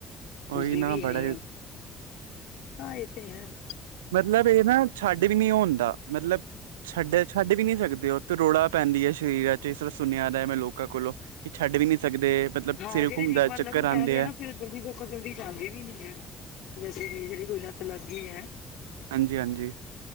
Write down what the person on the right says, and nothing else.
ਉਹੀ ਨਾ ਬੜਾ ਹੀ
ਮਤਲਬ ਏ ਨਾ ਛੱਡ ਵੀ ਨੀ ਹੁੰਦਾ, ਮਤਲਬ ਛੱਡੇ, ਛੱਡ ਵੀ ਨੀ ਸਕਦੇ ਓ ਤਰੌੜਾ ਪੈਂਦੀ ਹੈ ਸ਼ਰੀਰਾਂ ਚ ਇਸ ਤਰ੍ਹਾਂ ਸੁਨਯਾ ਦਾ ਮੈਂ ਲੋਕਾਂ ਕੋਲੋਂ। ਕਿ ਛੱਡ ਵੀ ਨੀ ਸਕਦੇ ਮਤਲਬ
ਸਿਰ
ਘੁੰਮਦਾ
ਚੱਕਰ
ਆਉਂਦੇ
ਹੈ
ਹਾਂਜੀ, ਹਾਂਜੀ।